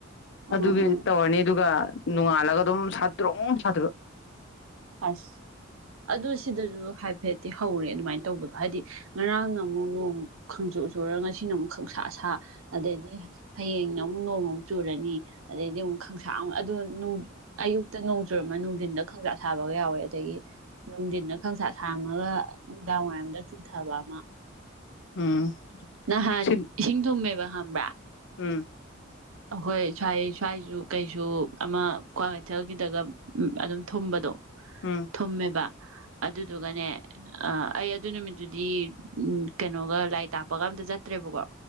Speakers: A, on the right; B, on the left.
A: ꯑ
B: ꯑꯗꯨꯒꯤ
A: ꯑ
B: ꯇꯧꯔꯅꯤ ꯑꯗꯨꯒ ꯅꯨꯉꯥꯟ ꯁꯥꯒ ꯁꯥꯇ꯭ꯔꯣ ꯑꯣ ꯁꯥꯇ꯭ꯔꯣ
A: ꯑꯁ ꯑꯗꯨ ꯁꯤꯗꯁꯨ ꯍꯥꯏꯐꯦꯠꯇꯤ ꯍꯧꯔꯦ ꯑꯗꯨꯃꯥꯏꯅ ꯇꯧꯕꯗꯣ ꯍꯥꯏꯗꯤ ꯉꯔꯥꯡꯅ ꯑꯃꯨꯛ ꯅꯣꯡ ꯈꯪꯆꯨ ꯆꯨꯔꯒ ꯉꯁꯤꯅ ꯑꯃꯨꯛ ꯈꯪꯁꯥ ꯁꯥ ꯑꯗꯩꯗꯤ ꯍꯥꯌꯦꯡꯅ ꯑꯃꯨꯛ ꯅꯣꯡꯃꯨꯛ ꯆꯨꯔꯅꯤ ꯑꯗꯩꯗꯤ ꯑꯃꯨꯛ ꯈꯪꯁꯥ ꯑꯃꯨꯛ ꯑꯗꯨ ꯑꯌꯨꯛꯇ ꯅꯣꯡ ꯆꯨꯔꯝꯃ ꯅꯨꯡꯊꯤꯟꯗ ꯈꯪꯁꯥ ꯊꯥꯕꯒ ꯌꯥꯎꯋꯦ ꯑꯗꯒꯤ ꯅꯨꯡꯊ ꯈꯪ ꯁꯥ ꯁꯥꯔꯝꯃꯒ ꯗꯥꯡ ꯋꯥꯏꯔꯝꯗ ꯆꯨꯊꯥꯕ ꯑꯃ
B: ꯎꯝ
A: ꯅꯍꯥꯟ
B: ꯁꯤꯟ
A: ꯏꯁꯤꯡ ꯊꯨꯝꯃꯦꯕ ꯈꯪꯕ꯭ꯔꯥ
B: ꯎꯝ
A: ꯑꯩꯈꯣꯏ ꯁ꯭ꯋꯥꯏ ꯁ꯭ꯋꯥꯏꯁꯨ ꯀꯩꯁꯨ ꯑꯃ ꯀ꯭ꯋꯥꯛ ꯀꯩꯊꯦꯜ ꯒꯤꯗ ꯎꯝ ꯑꯗꯨꯝ ꯊꯨꯝꯕꯗꯣ
B: ꯎꯝ
A: ꯊꯨꯝꯃꯦꯕ ꯑꯗꯨꯗꯨꯒꯅꯦ ꯑ ꯑꯩ ꯑꯗꯨ ꯅꯨꯃꯤꯠꯇꯨꯗꯤ ꯎꯝ ꯀꯩꯅꯣꯒ ꯂꯥꯏꯔꯤꯛ ꯇꯥꯛꯄꯒ ꯑꯝꯇ ꯆꯠꯇ꯭ꯔꯦꯕꯀꯣ